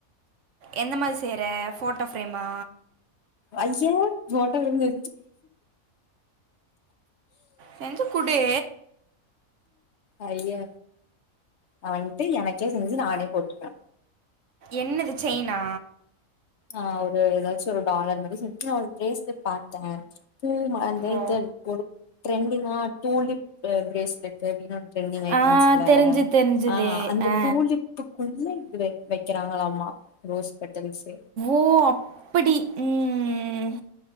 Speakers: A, on the right (about 65°); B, on the left (about 60°).
A: எந்த மாரி செய்ற ஃபோட்டோ ஃப்ரேமா
B: ஐய ஓட்ட விழுந்து
A: செஞ்சு குடு
B: ஐயா நா வன்ட்டு எனக்கே செஞ்சு நானே போட்டுப்பே
A: என்னது செயினா
B: ஆ ஒரு ஏதாச்சு ஒரு டாலர் மாரி செஞ்சு நா ஒரு பிரேஸ்லெட் பாத்த பூ மா அந்த
A: ஓ!
B: இந்த ஒரு ட்ரெண்டிங்கா டூலிப் ஆ பிரேஸ்லெட் பிரவினொன்னு ட்ரெண்டிங் ஆயிட்டு
A: ஆ
B: இருந்துச்சுல
A: தெரிஞ்சு தெரிஞ்சுது.
B: ஆ அந்த
A: ஆ.
B: டூலிப் புக்குக்குள்ள இது வைக்கிறாங்களாமா ரோஸ் பெட்டல்ஸ்ஸு
A: ஓ அப்டி ம்